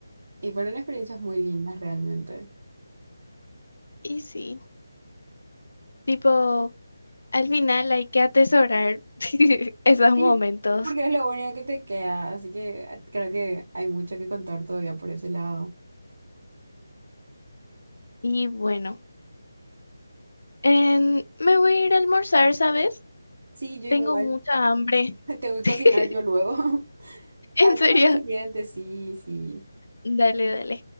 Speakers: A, on the right (about 50°); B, on the left (about 75°).
A: Y fueron experiencias muy lindas realmente.
B: Y sí, tipo, al final hay que atesorar <laughs> esos
A: sí
B: momentos.
A: porque es lo único que te queda, así que eh, creo que hay mucho que contar todavía por ese lado.
B: Y bueno, en- me voy a ir a almorzar, ¿sabes?
A: Sí, yo
B: Tengo
A: igual.
B: mucha hambre.
A: <laughs> Tengo que
B: <laughs>
A: cocinar yo luego. <laughs>
B: En
A: Hablamos
B: serio,
A: en siguiente, sí, sí.
B: dale, dale.